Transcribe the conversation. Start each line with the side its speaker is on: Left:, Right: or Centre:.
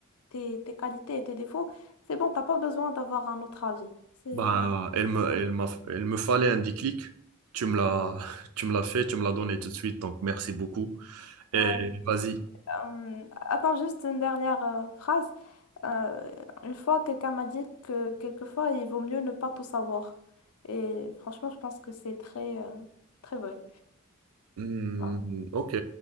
Left: tes, tes qualités et tes défauts. C'est bon, t'as pas besoin d'avoir un autre avis. C'est,
Right: bah, elle me, elle m'a, elle me fallait un déclic. Tu me l'as, <laughs> tu me l'as fait, tu me l'as donné tout de suite, donc merci beaucoup.
Left: ouais.
Right: Et vas-y.
Left: Euh, attends juste une dernière euh, phrase. Euh, une fois, quelqu'un m'a dit que quelquefois, il vaut mieux ne pas tout savoir. Et franchement, je pense que c'est très, euh, très vrai.
Right: Hmm,
Left: Voilà.
Right: ok,